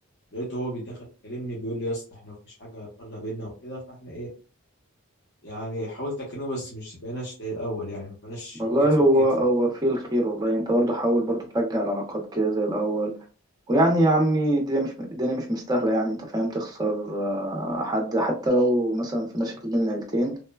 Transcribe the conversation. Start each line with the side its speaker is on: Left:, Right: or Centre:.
Left: لقيته هو بيدخل يكلمني بيقول لي يا اسطى احنا مفيش حاجه هتقرب بينا وكده فاحنا ايه يعني حاولت اكلمه بس مش بقيناش زي الاول يعني ما بقيناش
Right: والله
Left: كتف في
Right: هو
Left: كتف
Right: هو فيه الخير والله انت برضه حاول برضه ترجع العلاقات كده زي الاول ويعني يا عمي الدنيا مش الدنيا مش مستاهله يعني انت فاهم تخسر آه، حد حتى لو مثلا في مشاكل بين العيلتين